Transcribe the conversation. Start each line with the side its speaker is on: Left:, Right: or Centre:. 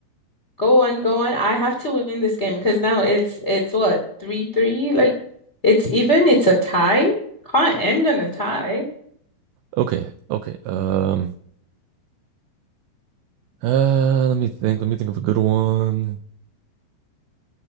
Left: Go on, go on. I have to win this game because now it's it's what, three three? Like it's even, it's a tie. Can't end on a tie.
Right: Okay, okay. Um. Uh, let me think. Let me think of a good one.